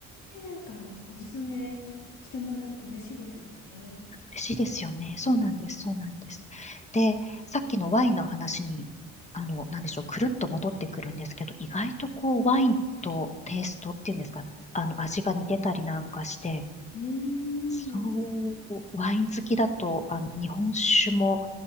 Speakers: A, on the left; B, on the left.
A: てなんかおすすめしてもらえると嬉しいですよね。
B: 嬉しいですよね。そうなんです。そうなんです。で、さっきのワインの話に、あの、なんでしょう、くるっと戻ってくるんですけど、意外とこう、ワインとテイストっていうんですか、あの、味が似てたりなんかして、
A: うーん。
B: そう、ワイン好きだと、あの、日本酒も、